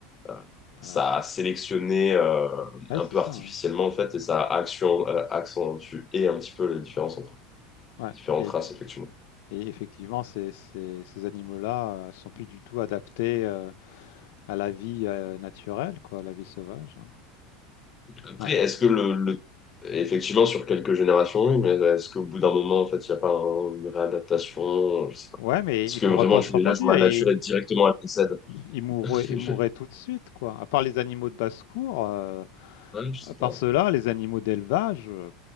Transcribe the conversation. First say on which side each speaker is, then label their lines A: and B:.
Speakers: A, on the left (about 20°); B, on the left (about 70°).
A: Euh,
B: voilà.
A: ça a sélectionné euh,
B: Ouais,
A: un
B: c'est
A: peu
B: ça.
A: artificiellement,
B: hein.
A: en fait, et ça a action, euh, accentué un petit peu les différences entre
B: Ouais.
A: différentes
B: Et,
A: races, effectivement.
B: et effectivement, ces, ces, ces animaux-là euh, sont plus du tout adaptés euh, à la vie euh, naturelle, quoi, à la vie sauvage. hein.
A: Après,
B: Ouais.
A: est-ce que le, le- Effectivement, sur quelques générations, oui, mais est-ce qu'au bout d'un moment, en fait, il n'y a pas un- une réadaptation? Je sais pas.
B: Ouais, mais
A: Est-ce
B: ils
A: que
B: pourraient
A: vraiment
B: pas
A: tu
B: se reproduire.
A: les lâches dans la
B: Et
A: nature et directement elles décèdent?
B: Ils mourraient,
A: <laughs>
B: ils mourraient
A: Je,
B: tout de suite, quoi. À part les animaux de basse-cour, euh,
A: ouais, je sais
B: à part
A: pas.
B: ceux-là, les animaux d'élevage, euh,